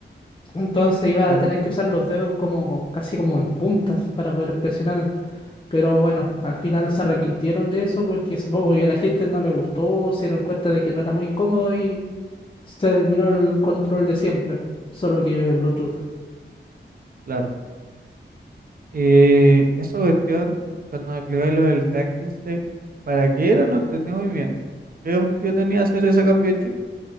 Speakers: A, on the left; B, on the right.
A: Entonces ibas
B: claro,
A: a tener que usar los dedos como casi como en puntas para poder presionar. Pero bueno, al final se arrepintieron de eso porque supongo que a la gente no le gustó, se dieron cuenta de que no era muy cómodo y se terminó el control de siempre, solo que Bluetooth.
B: claro. Y esa cuestión, cuando me explicáis lo del Frankenstein, ¿para qué era? No entendí muy bien. ¿Qué objetivo tenía hacer ese cambio de chip?